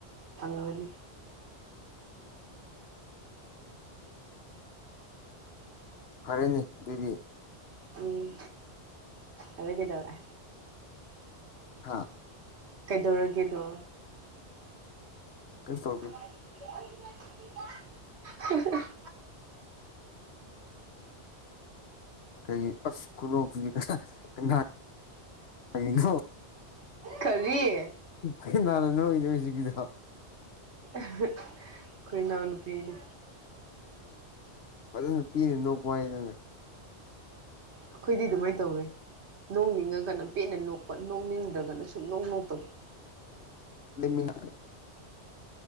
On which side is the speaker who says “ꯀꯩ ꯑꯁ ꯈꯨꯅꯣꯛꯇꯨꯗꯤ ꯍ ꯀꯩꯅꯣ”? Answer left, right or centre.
Left